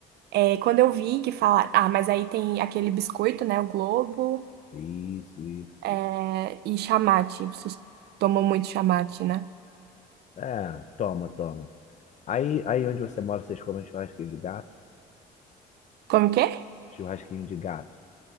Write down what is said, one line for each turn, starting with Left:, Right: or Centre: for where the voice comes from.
Right: É, quando eu vi que falar, ah, mas aí tem aquele biscoito, né? O Globo,
Left: Isso, isso.
Right: é, e chamate. Vocês tomam muito chamate, né?
Left: É, toma, toma. Aí, aí onde você mora, vocês comem churrasquinho de gato?
Right: Como que é?
Left: Churrasquinho de gato.